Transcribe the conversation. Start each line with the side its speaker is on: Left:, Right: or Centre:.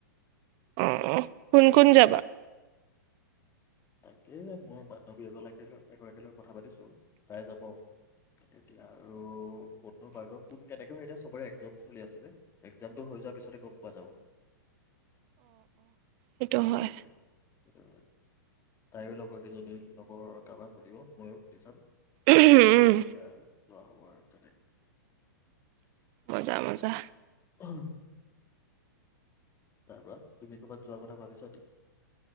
Right: অ কোন কোন যাবা?
Left: তাকে মোৰ বান্ধৱী এগলাকীৰ-এগৰাকীৰ লগত কথা পাতিছো, তাই যাব এতিয়া আৰু বন্ধুবাৰ্গত কোন কেনেকৈ হয় এতিয়া চবৰে এক্জাম চলি আছে যে, এক্জামটো হৈ যোৱাৰ পিছতে গম পোৱা যাব।
Right: এইটো
Left: কেনেকে
Right: হয়।
Left: যায় সেইটো হয় ন তাইও লগৰ কেইজনীৰ লগৰৰ কাৰোবাক সুধিব, ময়ো সুধি চাম তেতিয়া
Right: উম
Left: যোৱা হব আৰু তেনেকে
Right: মজা -মজা
Left: অ, তাৰ পৰা তুমি ক'ৰবাত যোৱাৰ কথা ভাবিছা নি?